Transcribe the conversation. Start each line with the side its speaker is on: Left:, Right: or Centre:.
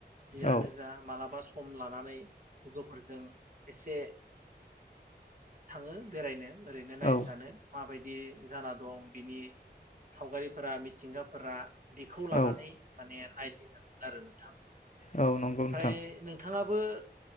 Right: जियानो
Left: औ
Right: जा मालाबा सम लानानै लोगोफोरजों एसे थाङो बेरायनो। ओरैनो नायस्रानो
Left: औ
Right: माबायदि जाना दं बिनि सावगारिफोरा मिथिंगाफोरा बेखौ लानानै
Left: औ
Right: माने नायदिङो आरो नोंथां।
Left: औ नंगौ
Right: ओमफ्राय
Left: नोंथां
Right: नोंथाङा बो